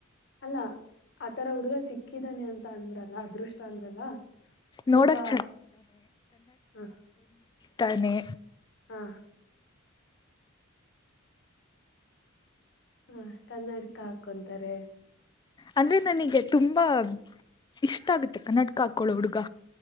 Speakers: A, on the left; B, on the left.
A: ಅಲ್ಲ ಆತರ ಹುಡುಗ ಸಿಕ್ಕಿದಾನೆ ಅಂತ ಅಂದ್ರಲ್ಲ ಅದೃಷ್ಟ ಅಂದ್ರಲ್ಲ ಸ್ವಲ್ಪ
B: ನೋಡಕ್
A: ಹ
B: ತಾನೇ
A: ಹಾ ಹಾ ಕನ್ನಡಕ ಕ್ಕ ಹಾಕೊಂತಾರೆ
B: ಅಂದ್ರೆ ನನಗೆ ತುಂಬಾ ಇಷ್ಟ ಆಗುತ್ತೆ ಕನ್ನಡ ಕಾಕ್ಕೊಳ್ಳಳ ಹುಡುಗ